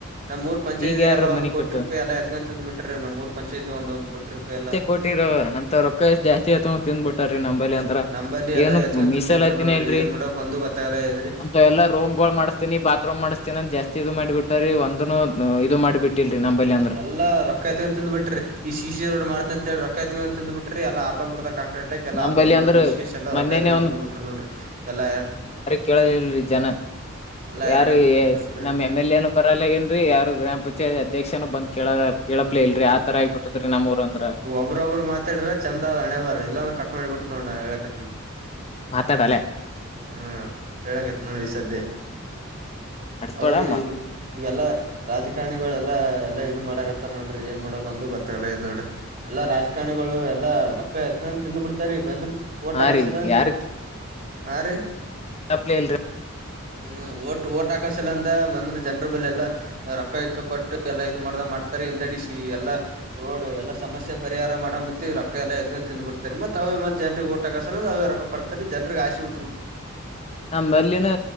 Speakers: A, on the right (about 45°); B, on the left (about 30°).
A: ನಮ್ಮ್ ಊರು ಪಂಚಾಯತಿ
B: ಈಗ ಯಾರ
A: ಎಲ್ಲ ಒಂದು
B: ಮನಿ
A: ಕೋಟಿ
B: ಕಟ್ತಾರ
A: ರೂಪಾಯಿ ಎಲ್ಲ ಎತ್ಕೊಂಡ ತಿಂದ್ ಬಿಟ್ರೆ ನಮ್ಮ ಮೂರು ಪಂಚಾಯಿತಿ ಒಂದ ಒಂದು ಕೋಟಿ ರೂಪಾಯಿ ಎಲ್ಲ.
B: ಕೊೋಿರ ಅಂತ ರೊಕ್ಕ ಎಷ್ಟ ಜಸ್ತಿಯತ ತಿಿಂದನ್ಬಿಟ್ಟು. ಇರ್ತಾರಿ ನಂಬೇಲಿ ಅಂದ್ರ
A: ನಂಬಲ್ಲಿ ಎಲ್ಲಾ
B: ಏನು
A: ಎತ್ಕೊಂಡ್
B: ಮೀಸಲಾತಿನೆ
A: ತಿಂದ್ ಬಿಟ್ರ ನೋಡ್ರಿ
B: ಇಲ್ರರಿ.
A: ಏನ್ ನೋಡಕ್ ಒಂದು ಗೋತಲಾಗ್ಯಾದ್ರಿ.
B: ಅಂತ ಎಲ್ಲ ರೂಮ್ ಗಳು ಮಾಡ್ತೀನಿ ಬಾತ್ೂಮ್ ಮಾಡ್ತೀನಂದ್ ಜಾಸ್ತಿ ಇದು ಮಾಡಿಬ ಬಿಟ್ಟ್ರರಿ ಒಂದ ಇದು ಮಾಡಿಬಿಟ್ಟ. ಇಲಿ ನಂಬಲ್ಲಿ ಅ
A: ಎಲ್ಲ ರೊಕ್ಕ ಏತಗೊಂಡಂತಿಂದ್ ಬಿಟ್ರರಿ ಈ ಸಿಸಿರೋಡ್ಡ ಮಾಡತನಂತ ಹೇಳಿ ರೊಕ್ಕ ಏತಗೊಂಡಂತಿಂದ್ ಬಿಟ್ಟರೀ. ಬಿ್ರಿ ಎಲ್ಲ ಅರ್ಧ ಮುರ್ದ ಕಾಂಕ್ರೀಟ್ ಎಲ್ಲ
B: ನಂಬಲ್ಲಿ
A: ಅರ್ಧ ಮುರ್ದ
B: ಅಂದ್ರ
A: ಮುಗಿಸಿ ಗೆಸಿ ಎಲ್ಲೋ
B: ಮೊನ್ನೆನೆ
A: ರೊಕ್ಕ ಏತಗೊಂಡಂತಿಂದ್ ಬಿಟ್ರರೀ ನೋಡ್ರಿ ಎಲ್ಲ.
B: ಕೇಳೋರು ಇಲ್ಲರಿ ಜನ
A: ಹೈರಾಣಕ್
B: ಯಾರ
A: ಬಿದ್ದ ನೋಡ್ರಿ
B: ನಮ್ ಎಂ ಎಲ್ ಎ ಎನುೂ ಬರಲ್ಲಗೇನ್ರೀ ಯಾರು ಗ್ರಾಮ ಪಂಚಾಯತ್. ಅಧ್ಯಕ್ಷನ ಬಂದ ಕೇಳ ಕೇಳಪ್ಲೇ ಇಲ್ರಿ ಆ ತರಾ ಆಗಿ ಬಿಟ್ಟತದ್ರೀ ನಮ್ಮ್ ಊರು ಅಂದ್ರ
A: ಒಬೊಬ್ಬರ ಮಾತಾಡ್ರ ಚಂದ್ ಅದ ಹಣೆಬರ್ ಇಲ್ಲಂದ್ರ ಕಟ್ ಮಾಡ ಬಿಡ್ತ ನೋಡ ನಾ ಹೇಳಕತನ
B: ಮಾತಾಡೋ ಲ್ಲೇ
A: ಹುಂ ಹೇಳಕೈತ್ ನೋಡಿ ಈ ಸದೆ
B: ಅಡಸ್ಬೇಡ
A: ಹೌದ್ರಿ
B: ಮತ್
A: ಈವೇಲಾ ರಾಜಕಾರಣಿಗಳೆಲ್ಲಾ ಎಲ್ಲಾ ಮಾಡಕತ್ತರ್ ನೋಡ್ರಿ ಏನ್ ಮಾಡಕ ಒಂದು ಗೊತ್ತಾಗಲ್ಲ ನೋಡ್ರಿ. ಎಲ್ಲಾ ರಾಜಕಾರಣಿಗಳು ಎಲ್ಲಾ ರೊಕ್ಕಾ ಎತಕೋಂಡ ತಿಂದು ಬಿಡ್ತಾರೆ ಬದಲು ಓಟ್
B: ಹಾ
A: ಆಗೋಸಲದ
B: ರೀ ಯಾರು
A: ಆ ರೀ
B: ಪ್ಲೇ ಇಲ್ರಿ
A: ಹುಂ ಓಟ್ ಓಟ್ ಹಾಕಸಲ್ಲೆಂದ ಅಂದ್ರ ಜನ್ರ ಬಲೆ ಎಲ್ಲಾ ರೊಕ್ಕಾ ಗಿಕ್ಕಾ ಕೊಟ್ಟು ಎಲ್ಲಾ ಇದು ಮಾಡ್ದಗ ಮಾಡ್ತಾರೆ ಹಿಂದೆಡಿಸಿ ಎಲ್ಲಾ ರೋಡ್ ಎಲ್ಲಾ ಸಮಸ್ಯೆ ಪರಿಹಾರ ಮಾಡ ಮತ್ತ ರೊಕ್ಕಾ ಎಲ್ಲಾ ಎತ್ಕೊಂಡ ತಿಂದ್ ಬಿಡ್ತಾರೆ ಮತ್ ಅವೆತ್ ಜನರಿಗೆ ಓಟಹಾಕಸಲಂದ ಅವೆ ರೊಕ್ಕಾ ಕೊಡ್ತಾರೆ ಜನರಿಗೆ ಆಸಿ ಉಟ್ಟಿ
B: ನಂಬಲ್ಲಿನ್ನು